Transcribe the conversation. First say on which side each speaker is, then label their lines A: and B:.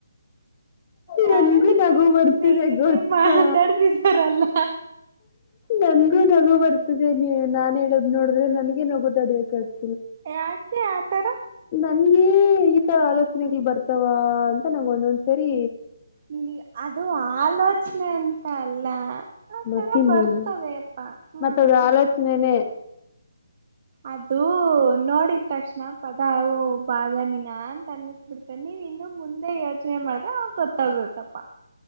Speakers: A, on the right; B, on the left.
A: ಯಾರೋ
B: ನನ್ಗು
A: ನಿಮಗೆ
B: ನಗು ಬರ್ತಿದೆ
A: ಸ್ನೇಹಿತೆ
B: ಗೊತ್ತಾ
A: ಮಾತಾಡ್ತಿದಾರಲ್ಲ
B: ನನ್ಗು ನಗು ಬರ್ತಿದೆ. ನೀ ನಾನ್ ಹೇಳದ್ ನೋಡಿದ್ರೆ ನನಗೆ ನಗು ತಡಿಯಕ್ಕಾಗಲ್ಲ.
A: ಯಾಕೆ ಆತರ?
B: ನನ್ಗೆ ಈತರ ಆಲೋಚನೆಗಳ್ ಬರ್ತಾವ ಅಂತ ನಂಗೊಂದೊಂದ್ ಸರಿ
A: ನಿನ್ಗೆ ಅದು ಆಲೋಚನೆ ಅಂತ ಅಲ್ಲ ಆತರ
B: ಮತ್ತಿನೇನು
A: ಬರ್ತದೆಪ್ಪಾ ಹ್ಮ್
B: ಮತ್ತ್ ಅದು ಆಲೋಚ್ನೆನೇ.
A: ಅದು ನೋಡಿದ್ ತಕ್ಷಣ ಪದ ಅವೂ ಬಾದಾಮಿನ ಅಂತ ಅನ್ಸ್ಬಿಡ್ತರಿ ನೀವ್ ಇನ್ನು ಮುಂದೆ ಯೋಚನೆ ಮಾಡ್ದ್ರೆ ಆಗ ಗೊತ್ತಾಗತ್ತಪ್ಪ.